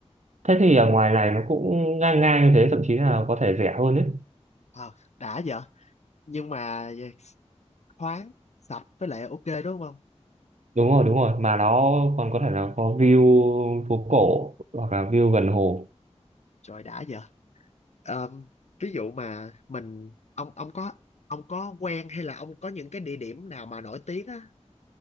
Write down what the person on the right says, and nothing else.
thế thì ở ngoài này nó cũng ngang ngang như thế thậm chí là có thể rẻ hơn đấy
đúng rồi đúng rồi mà nó còn có thể là có view phố cổ hoặc là view gần hồ